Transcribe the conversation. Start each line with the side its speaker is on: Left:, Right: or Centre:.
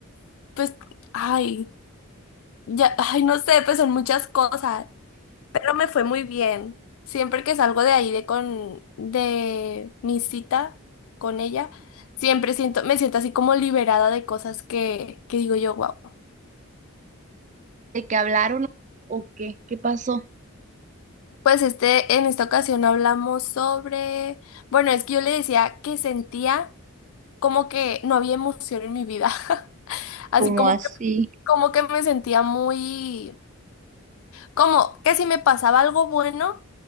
Left: pues, ay, ya, ay, no sé, pues son muchas cosas, pero me fue muy bien. Siempre que salgo de ahí de con, de mi cita con ella, siempre siento, me siento así como liberada de cosas que, que digo yo, wow.
Right: ¿De qué hablaron o qué? ¿Qué pasó?
Left: Pues este, en esta ocasión hablamos sobre, bueno, es que yo le decía que sentía como que no había emoción en mi vida, <laughs> así
Right: ¿Cómo
Left: como
Right: así?
Left: que, como que me sentía muy, como que si me pasaba algo bueno,